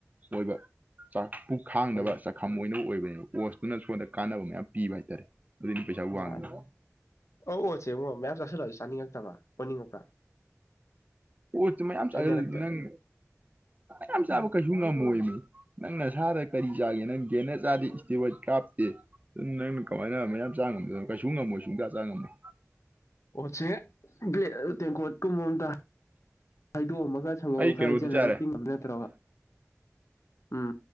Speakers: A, on the right; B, on the left.
A: ꯑꯣꯏꯕ ꯆꯥꯛ ꯄꯨ ꯈꯥꯡꯅꯕ
B: ꯍꯣꯏꯅꯦ
A: ꯈꯝ ꯑꯣꯏꯅ ꯑꯣꯏꯕꯅꯦꯕ ꯑꯣꯁꯇꯨꯅ ꯁꯣꯗ ꯀꯥꯟꯅꯕ ꯃꯌꯥꯝ ꯄꯤꯕ ꯍꯥꯏꯇꯥꯔꯦ ꯑꯗꯨꯅꯤ ꯄꯩꯁꯥ ꯋꯥꯡꯉꯤ
B: ꯃꯥꯅꯤ ꯑꯧ ꯑꯣ ꯆꯦꯡꯡꯉꯣ ꯃꯌꯥꯝ ꯆꯥꯁꯤꯜꯂꯛꯑꯁꯨ ꯆꯥꯅꯤꯡꯉꯛꯇꯕ꯭ꯔꯥ ꯑꯣꯟꯅꯤꯡꯉꯄ꯭ꯔꯥ
A: ꯑꯣꯠꯇ ꯃꯌꯥꯝ
B: ꯍꯩꯅꯔꯛꯇ
A: ꯆꯥꯁꯟꯅꯪ ꯌꯥꯝ ꯆꯥꯕ ꯀꯩꯁꯨ ꯅꯪ ꯑꯣꯏ ꯃꯤ ꯅꯪ ꯅꯁꯥꯗꯒꯤ ꯀꯔꯤ ꯆꯥꯒꯦ ꯅꯪ ꯒꯦꯟꯅ ꯆꯥꯗꯦ ꯏꯁꯇꯤ ꯀꯥꯞꯇꯦ ꯑꯗꯨ ꯅꯪꯅ ꯀꯃꯥꯏꯅ ꯃꯌꯥꯝ ꯆꯥꯕ ꯉꯝꯗꯣ ꯀꯩꯁꯨ ꯉꯝꯃꯣꯏ ꯁꯨꯡꯥ ꯆꯥ ꯉꯝꯃꯣꯏ
B: ꯑꯣꯠꯁꯦ ꯕ꯭ꯂꯦꯛ ꯇꯦꯡꯀꯣꯠꯀꯨꯝꯕ ꯑꯝꯗ ꯍꯥꯏꯗꯣꯛꯑꯝꯃꯒ ꯁꯪꯒꯣꯝ
A: ꯑꯩ
B: ꯈꯔ
A: ꯀꯩꯅꯣꯗꯤ
B: ꯍꯩꯖꯜꯂꯒ
A: ꯆꯥꯔꯦ
B: ꯇꯤꯡꯉꯝ ꯅꯠꯇ꯭ꯔꯣꯕ ꯎꯝ